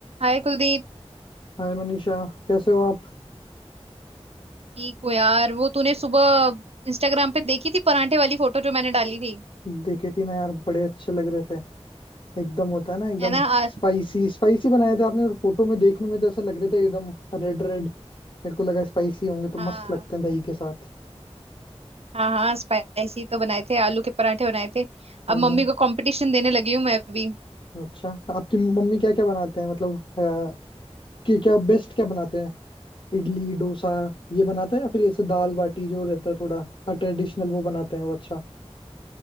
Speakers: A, on the right; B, on the left.
A: हाय कुलदीप
B: हाय मनीषा कैसे हो आप
A: ठीक हो यार वो तूने सुबह इंस्टाग्राम पे देखी थी परांठे वाली फोटो जो मैंने डाली थी
B: देखे थी ना यार बड़े अच्छे लग रहे थे एकदम होता है ना एकदम
A: है ना आ,
B: स्पाइसी स्पाइसी बनाए थे आपने और फोटो में देखने में तो ऐसे लग रहे थे एकदम रेड रेड मेरे को लगा स्पाइसी होंगे तो
A: हाँ
B: मस्त लगते हैं दही के साथ
A: हाँ हाँ स्पाइसी तो बनाए थे आलू के परांठे बनाए थे
B: हम्म
A: अब मम्मी को कंपटीशन देने लगी हूँ मैं भी
B: अच्छा आपकी मम्मी क्या क्या बनाते हैं मतलब अ, कि क्या बेस्ट क्या बनाते हैं इडली डोसा ये बनाते हैं या फिर ऐसे दाल बाटी जो रहता है थोड़ा ट्रेडिशनल वो बनाते हैं वो अच्छा